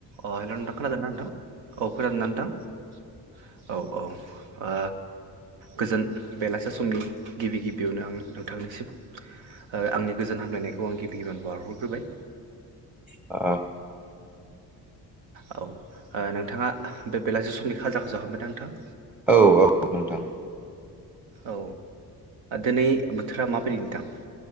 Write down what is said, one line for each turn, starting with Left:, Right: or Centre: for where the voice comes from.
Right: अ हेल नोंथां खोनादोंना नोंथां औ खोनादोंना नोंथां औ औ ओ गोजोन बेलासि समनि गिबि गिबियावनो आं नोंथांनिसिम ओ आंनि गोजोन हामलायनायखौ आं गिबि गिबियावनो बारहरग्रोबाय।
Centre: आ
Right: औ ओ नोंथाङा बे बेलासि समनि खाजाखौ जाखांबाय ना नोंथां?
Centre: औ औ नोंथां।
Right: औ दिनै बोथोरा माबायदि नोंथां?